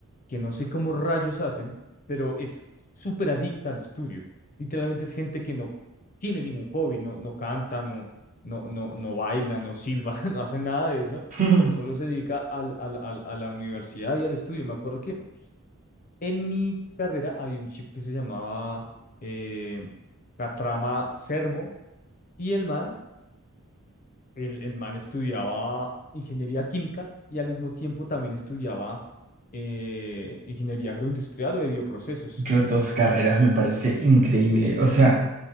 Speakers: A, on the left (about 40°); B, on the right (about 35°).
A: que no sé cómo rayos hacen, pero es súper adicta al estudio. Literalmente es gente que no tiene ningún hobby, no, no canta, no, no, no, no baila, no silba, <laughs> no hace nada de eso.
B: <laughs>
A: Solo se dedica al, al, al- a la universidad y al estudio. Me acuerdo que en mi carrera había un chico que se llamaba eh, Catrama Sermo y el man el, el man estudiaba ingeniería química y al mismo tiempo también estudiaba eh, ingeniería agroindustrial o de bioprocesos.
B: Yo dos carreras me parece increíble. O sea,